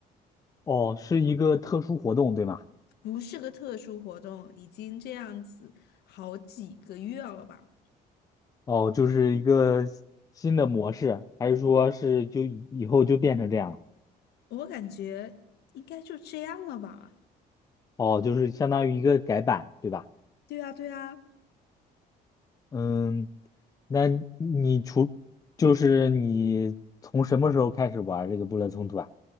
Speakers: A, on the left; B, on the left.
A: 哦，是一个特殊活动，对吗？
B: 不是个特殊活动，已经这样子好几个月了吧？
A: 哦，就是一个新的模式，还是说是就以以后就变成这样了？
B: 我感觉应该就这样了吧？
A: 哦，就是相当于一个改版，对吧？
B: 对啊，对啊。
A: 嗯，那你除就是你从什么时候开始玩这个部落冲突啊？